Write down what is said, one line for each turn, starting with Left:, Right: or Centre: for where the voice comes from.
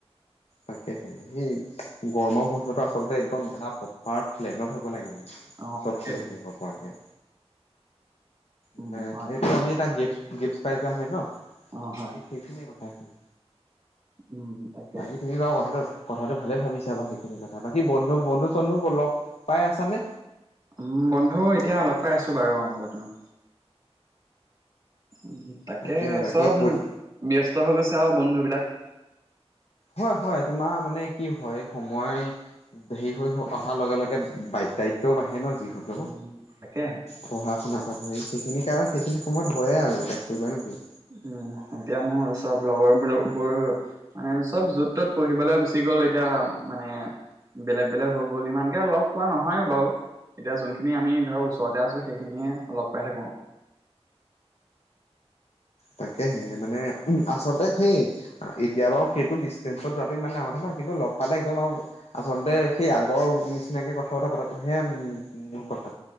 Left: তাকেহে স গৰমৰ বন্ধটো আচলতে একদম এটা প্ৰপাৰ প্লেনত হ'ব ে
Right: অ'
Left: চব
Right: তাকেইতো
Left: ফালে স হব পৰাে
Right: উম
Left: মানে
Right: হয়
Left: এইটো আমি এটা গ গিফ্ট পাইজা হয় ন গতিকে
Right: অ' হয়
Left: সেইখিনিয়ে কথা হয়
Right: উম তাকে
Left: বাকী তুমি বাও কথাটো কথাটো ভালে ভাবিছা বাৰু সেইখিনি কথা বাকী বন্ধু বন্ধু চন্ধু লগ পাই আছা নে
Right: উম বন্ধু এতিয়া লগ পাই আছো বাৰু অ বৰ্তমান উম তাকে
Left: তাকেহে বাকী
Right: চব
Left: পৰি
Right: ব্যস্ত হৈ গৈছে আৰু বন্ধ বিলাক
Left: হয় হয় তোমাৰ মানে কি হয় সময় হেৰি হৈ অহাৰ লগে লগে দায়িত্বও বাঢ়ে ন যিহেতু
Right: উম, তাকে
Left: পঢ়া শুনা পা সেই সেইখিনি কাৰণে সেইখিনি সময়ত হয়য়ে আও এতি কৰিবা নো কি
Right: উম এতিয়া মোৰ ও চব লগবোৰৰ বোৰ অচচ চব য'ত ত'ত পঢ়িবলৈ গুচি গ'ল এতিয়া মানে বেলেগ বেলেগ হৈ গ'ল ইমানকে লগ পোৱা নহয় বাৰু এতিয়া যোনখিনি আমি ধৰক ওচৰতে আছো সেইখিনিহে লগ পাই থাকো
Left: তাকেহে মানে উম আচলতে সেই এতিয়া বাৰু সেইটো ডিচেঞ্চত যোৱাটো ইমান ডাঙৰ কথা নহয় কিন্তু লগ পালে একদম আৰু আচলতে সেই আগৰ নিচিনাকে কথা বতৰা পতাটো হে মূল কথা